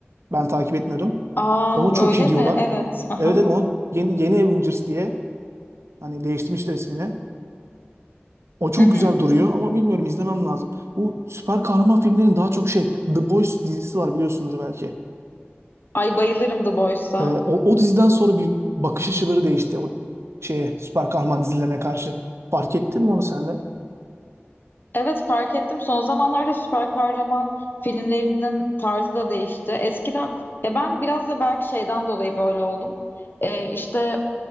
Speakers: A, on the right; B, on the left.
A: Ben takip etmiyordum.
B: Aa
A: Ona çok
B: öyle
A: iyi
B: mi?
A: diyorlar.
B: Evet. Hı hı.
A: Evet evet onu yeni, yeni Avengers diye hani değiştirmişler ismini. O çok
B: Hı hı.
A: güzel duruyor ama bilmiyorum izlemem lazım. Bu süper kahraman filmlerin daha çok şey The Boys dizisi var biliyorsunuz belki.
B: Ay bayılırım The Boys'a.
A: Ee, o, o diziden sonra bir bakış açıları değişti o şeye süper kahraman dizilerine karşı. Fark ettin mi onu sen de?
B: Evet fark ettim. Son zamanlarda süper kahraman filmlerinin tarzı da değişti. Eskiden ya ben biraz da belki şeyden dolayı böyle oldum. Ee, işte